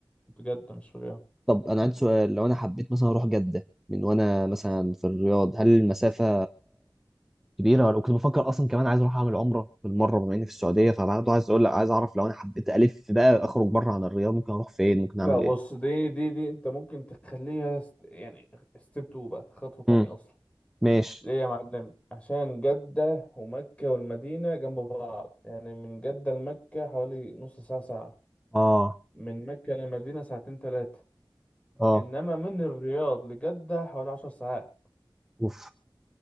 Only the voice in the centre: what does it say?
طب انا عندي سؤال لو انا حبيت مثلا اروح جده من وانا مثلا في الرياض هل المسافه كبيره ولا كنت بفكر اصلا كمان عايز اروح اعمل عمره بالمره بما اني في السعوديه فبرضه عايز اقول لك عايز اعرف لو انا حبيت الف بقى اخرج بره عن الرياض ممكن اروح فين ممكن
اعمل
ايه
امم
ماشي
اه
اه
اوف